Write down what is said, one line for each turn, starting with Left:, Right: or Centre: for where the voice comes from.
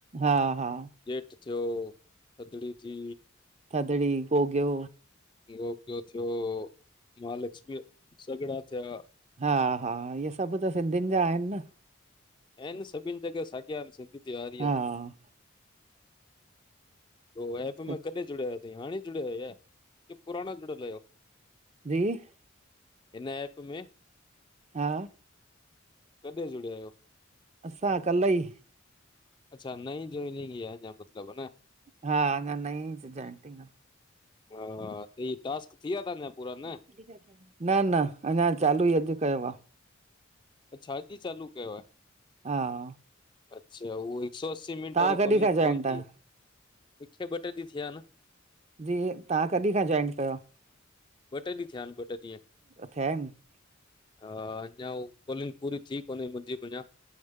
Right: हा हा
Left: ॼेठ थियो, थदड़ी थी,
Right: थदड़ी, गोगियो।
Left: गोगियो थियो, महालछमीअ या सॻड़ा थिया।
Right: हा-हा, इहे सभु त सिंधियुनि जा आहिनि न?
Left: ऐंन सभिनि जॻह साॻिया सिंधी त्योहार ई
Right: हा।
Left: आहिनि। उ एप
Right: सु-
Left: में कॾहिं जुड़ायो आहियो? हाणे जुड़या आयो या, की पुराणा जुड़ियल अहियो?
Right: जी?
Left: हिन एप में?
Right: हा,
Left: कॾहिं जुड़िया आहियो
Right: असां कल्ह ई।
Left: अच्छा, नई जाॅइनिंग ई आ अञा मतिलब अन?
Right: हा, अञा नई जेंटिंग आ।
Left: वाह! वाह! तई! टास्क थी विया तांजा पूरा?
Right: <unintelligible>
Left: न
Right: न -न, अञा चालू ई अॼु कयो आ।
Left: अच्छा, अॼु ई चालू कैव?
Right: हा।
Left: अच्छा, उहो हिकु सौ असी मिंट
Right: तव्हां
Left: वारी
Right: कॾहिं
Left: कॉलिंग
Right: खां जॉइंट
Left: कोन
Right: आहियो?
Left: थी? मूंखे ॿ टे ॾींहं थीया अन।
Right: जी, तहां कॾहिं खां जॉइन कयो आ?
Left: ॿ टे ॾींहं थिया ऐंन ॿ टे ॾींहं।
Right: <unintelligible>
Left: हा, अञा हु कालिंग पूरी थी कोन्हे मुंहिंजी बि अञा।